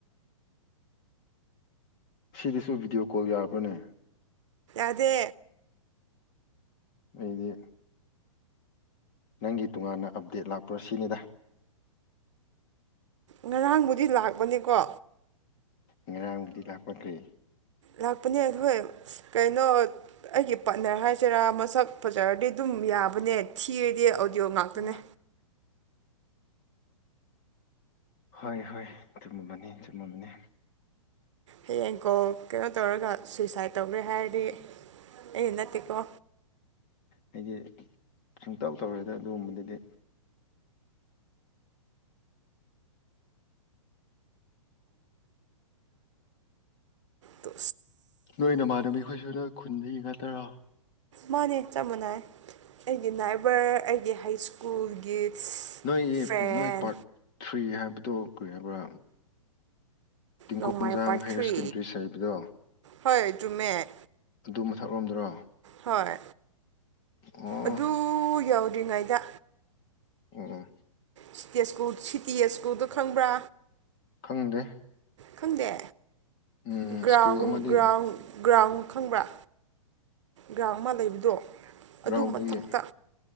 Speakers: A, on the left (about 40°); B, on the right (about 60°).
A: ꯁꯤꯗꯁꯨ ꯚꯤꯗꯤꯑꯣ ꯀꯣꯜ ꯌꯥꯔꯕꯅꯦ
B: ꯑꯗꯦ
A: ꯑꯩꯗꯤ ꯅꯪꯒꯤ ꯇꯣꯉꯥꯟꯅ ꯑꯞꯗꯦꯠ ꯂꯥꯛꯄꯔꯣ ꯁꯤꯅꯤꯗ
B: ꯉꯔꯥꯡꯕꯨꯗꯤ ꯂꯥꯛꯄꯅꯤꯀꯣ
A: ꯉꯔꯥꯡꯕꯨꯗꯤ ꯂꯥꯛꯄꯈꯔꯤ
B: ꯂꯥꯛꯄꯅꯦ ꯑꯩꯣꯏ ꯀꯩꯅꯣ ꯑꯩꯒꯤ ꯄꯥꯠꯅꯔ ꯍꯥꯏꯁꯤꯔꯥ ꯃꯁꯛ ꯐꯖꯔꯗꯤ ꯑꯗꯨꯝ ꯌꯥꯕꯅꯦ ꯊꯤꯔꯗꯤ ꯑꯣꯗꯤꯑꯣ ꯉꯥꯛꯇꯅꯦ
A: ꯎ ꯍꯣꯏ ꯍꯣꯏ ꯆꯨꯝꯃꯕꯅꯤ ꯆꯨꯝꯃꯕꯅꯤ
B: ꯍꯌꯦꯡ ꯀꯣ ꯀꯩꯅꯣ ꯇꯧꯔꯒ ꯁꯨꯏꯁꯥꯏꯠ ꯇꯧꯈ꯭ꯔꯦ ꯍꯥꯏꯔꯗꯤ ꯑꯩꯗ ꯇꯤꯀꯣ
A: ꯑꯩꯗꯤ ꯁꯨꯡꯇꯧ ꯇꯧꯔꯦꯗ ꯑꯗꯨꯒꯨꯝꯕꯗꯨꯗꯤ
B: ꯇ
A: ꯅꯣꯏ ꯅꯃꯥꯟꯅꯕ ꯑꯩꯈꯣꯏꯁꯨ ꯅꯣꯏ ꯈꯨꯟꯗ ꯌꯦꯡ ꯉꯠꯇꯔꯣ
B: ꯃꯥꯅꯦ ꯆꯞ ꯃꯥꯟꯅꯩ ꯑꯩꯒꯤ ꯅꯥꯏꯕꯔ ꯑꯩꯒꯤ ꯍꯥꯏ ꯁ꯭ꯀꯨꯜꯒꯤ
A: ꯅꯣꯏ
B: ꯐ꯭ꯔꯦꯟ
A: ꯅꯣꯏ ꯄꯥꯔꯠ ꯊ꯭ꯔꯤ ꯍꯥꯏꯕꯗꯣ ꯀꯔꯤ ꯍꯥꯏꯕ꯭ꯔꯥ ꯇꯤꯡꯀꯣꯡꯖꯥꯡ
B: ꯔꯣꯡꯃꯥꯏ ꯄꯥꯊ꯭ꯔꯤ
A: ꯍꯥꯏꯌꯔ ꯁꯦꯀꯦꯟꯗꯔꯤ ꯍꯥꯏꯕꯗꯣ
B: ꯍꯣꯏ ꯇꯖꯨꯃꯦꯃꯦꯠ
A: ꯑꯗꯨ ꯃꯊꯛꯂꯣꯝꯗꯔꯣ
B: ꯍꯣꯏ
A: ꯑꯣ
B: ꯑꯗꯨ ꯌꯧꯗ꯭ꯔꯤꯉꯩꯗ
A: ꯑ
B: ꯁꯤꯇ ꯁꯤꯇꯤꯁꯀꯨꯗꯣ ꯈꯪꯕ꯭ꯔꯥ
A: ꯈꯪꯗꯦ
B: ꯈꯪꯗꯦ
A: ꯎꯝ
B: ꯒ꯭ꯔꯥꯎꯟ
A: ꯁ꯭ꯀꯨꯜ ꯑꯃꯗꯤ
B: ꯒ꯭ꯔꯥꯎꯟ ꯒ꯭ꯔꯥꯎꯟ ꯈꯪꯕ꯭ꯔꯥ ꯒ꯭ꯔꯥꯎꯟ ꯑꯃ ꯂꯩꯕꯗꯣ
A: ꯒ꯭ꯔꯥꯎꯟꯗꯨꯒꯤ
B: ꯑꯗꯨ ꯃꯊꯛꯇ